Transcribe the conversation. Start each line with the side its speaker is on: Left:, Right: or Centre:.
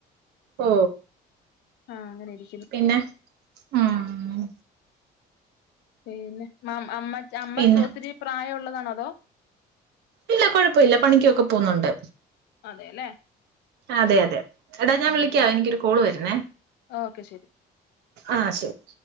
Right: ഓ
Left: ആഹ അങ്ങനെരി
Right: പിന്നെ ഉം
Left: പിന്നെ <unintelligible> അമ്മ
Right: പിന്നെ
Left: ഒത്തിരി പ്രായംള്ളതാണോ അതോ
Right: ഇല്ല കൊഴപ്പൊ ഇല്ല പണിക്കൊക്കെ പോവുന്നുണ്ട്
Left: അതെലേ
Right: അതെ അതെ എടാ ഞാൻ വിളിക്ക്യാവേ
Left: ആഹ്
Right: എനിക്കൊരു കോള് വര്ണേ
Left: ഓക്കെ ശരി
Right: ആ ശെരി